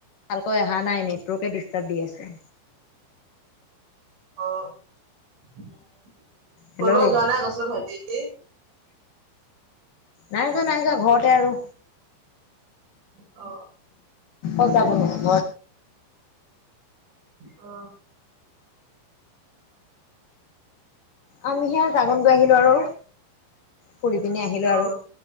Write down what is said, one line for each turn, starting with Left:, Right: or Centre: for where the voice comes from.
Left: ভালকৈ অহা নাই নেটৱৰ্কে ডিষ্টাৰ্ব দি আছে
Right: অ ফুৰিব
Left: হেল্ল'।
Right: যোৱা নাই গছৰ ভতিতি
Left: নাই যাোৱা নাই যাোৱা ঘৰতে আৰু
Right: অ
Left: অ যাব নোৱাৰো
Right: অ
Left: আমি সে জাগন গৈ আহিলো আৰু ফুৰি পিনি আহিলো
Right: অ
Left: আৰু